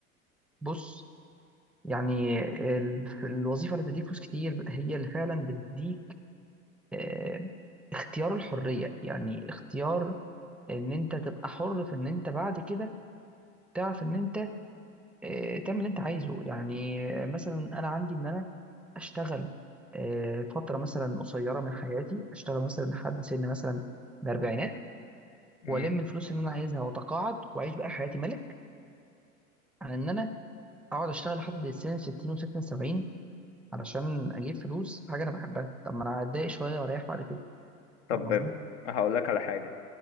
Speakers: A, in the centre; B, on the left (about 55°).
A: بص يعني ال- الوظيفه اللي بتديك فلوس كتير هي اللي فعلا بتديك آه، اختيار الحريه يعني اختيار ان انت تبقى حر في ان انت بعد كده تعرف ان انت آه، تعمل اللي انت عايزه يعني مثلا انا عندي ان انا اشتغل آه، فتره مثلا قصيره من حياتي اشتغل مثلا لحد سن مثلا الاربعينات
B: مم.
A: والم الفلوس اللي انا عايزها واتقاعد واعيش بقى حياتي ملك عن ان انا اقعد اشتغل لحد سن 60 و66 70 علشان اجيب فلوس حاجه انا بحبها طب ما انا هتضايق شويه واريح بعد كده
B: طب
A: فاهم قصدي؟
B: هقول لك على حاجه